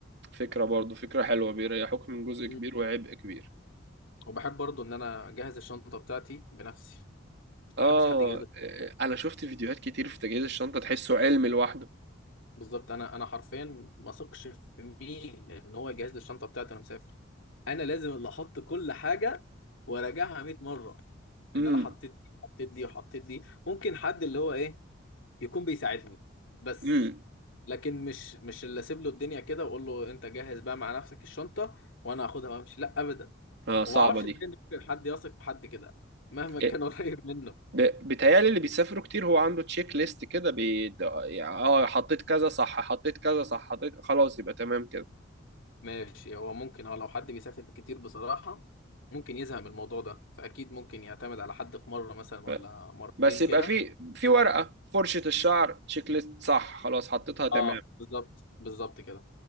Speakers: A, on the right; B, on the left.
A: فكرة برضو فكرة حلوة بيريحوك من جزء كبير
B: مم.
A: وعبء كبير
B: وبحب برضو ان انا اجهز الشنطه بتاعتي بنفسي ما
A: اه
B: بحبش حد يجهز
A: إيه، انا شفت فيديوهات كتير في تجهيز الشنطة تحسه علم لوحده
B: بالظبط انا انا حرفيا ما اثقش في مين ان هو يجهز لي الشنطه بتاعتي وانا مسافر انا لازم اللي احط كل حاجه وراجعها 100 مره
A: امم
B: ان انا حطيت دي وحطيت دي وحطيت دي ممكن حد اللي هو ايه يكون بيساعدني بس
A: امم
B: لكن مش مش اللي اسيب له الدنيا كده واقول له انت جهز بقى مع نفسك الشنطه وانا هاخدها وامشي لا ابدا
A: اه صعبة
B: وما اعرفش
A: دي
B: ازاي إن ممكن حد يثق في حد كده مهما كان
A: آه،
B: قريب منه
A: ب... بيتهيألي اللي بيسافروا كتير هو عنده تشيك ليست كده بي... ده- يعني، اه حطيت كذا صح حطيت كذا صح حطيت خلاص يبقى تمام كده
B: ماشي هو ممكن اه لو حد بيسافر كتير بصراحة ممكن يزهق من الموضوع ده فأكيد ممكن يعتمد على حد في مرة مثلا
A: ف...
B: ولا مرتين
A: بس يبقى
B: كده
A: في في ورقة فرشة الشعر تشيك ليست صح خلاص حطيتها تمام
B: اه بالظبط بالظبط كده